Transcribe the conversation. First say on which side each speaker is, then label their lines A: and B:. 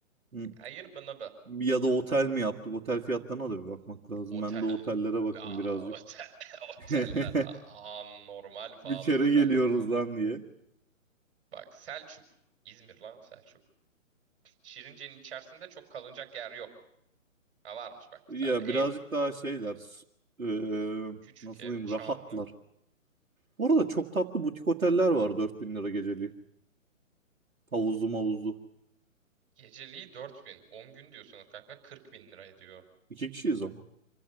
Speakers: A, on the right; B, on the right.
A: be? Hı.
B: Ayırbınıbı.
A: Ya da otel mi yaptık? Otel fiyatlarına da bir bakmak lazım.
B: Otel.
A: Ben de otellere bakayım
B: La,
A: birazcık.
B: otel. <laughs> Oteller
A: <laughs>
B: aa, normal pahalıdır
A: Bir kere geliyoruz
B: ben sana diyeyim.
A: lan diye.
B: Bak Selçuk. İzmir lan Selçuk. Şirince'nin içerisinde çok kalınacak yer yok. Ha varmış bak
A: Ya
B: bir tane ev.
A: birazcık daha şeyler s- eee,
B: Küçük
A: nasıl
B: ev.
A: diyeyim
B: Çamlık.
A: rahatlar. Bu arada çok tatlı butik oteller var 4000 lira geceliği. Havuzlu mavuzlu.
B: Geceliği 4000. 10 gün diyorsunuz kanka 40 bin lira ediyor.
A: İki kişiyiz ama.